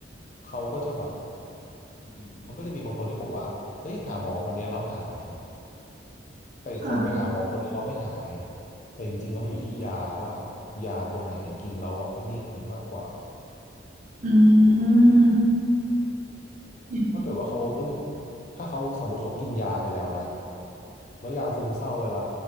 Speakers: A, on the left; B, on the right.
A: เขาก็จะแบบอืมมันก็จะมีบางคนที่บอกว่าเฮ้ยหาหมอคนเนี้ยแล้วหายแต่อีกคนไปหาหมอคนเนี้ยแล้วไม่หาย
B: ค่ะ
A: แต่จริงๆแล้วมันอยู่ที่ยาว่ายาตัวไหนกินแล้วอะนิ่งมากกว่า
B: อืมอ
A: ถ้าเกิดว่าเขาเลือกถ้าเขาสมมติเขากินยาไปแล้วนะแล้วยาซึมเศร้าเวลา